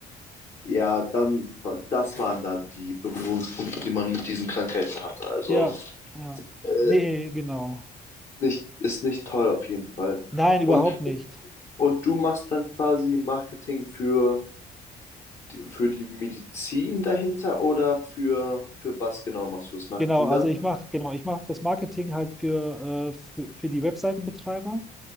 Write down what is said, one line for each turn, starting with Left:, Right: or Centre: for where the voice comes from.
Left: ja, dann, war- das waren dann die Berührungspunkte, die man mit diesen Krankheiten hatte. Also
Centre: ja. ja.
Left: äh,
Centre: Nee, genau.
Left: nicht, ist nicht toll auf jeden Fall.
Centre: Nein, überhaupt
Left: Und,
Centre: nicht.
Left: und du machst dann quasi Marketing für, die- für die Medizin dahinter oder für, für was genau machst du das Marketing
Centre: Genau, also
Left: dann?
Centre: ich mache, genau, ich mache das Marketing halt für, äh, für, für die Webseitenbetreiber,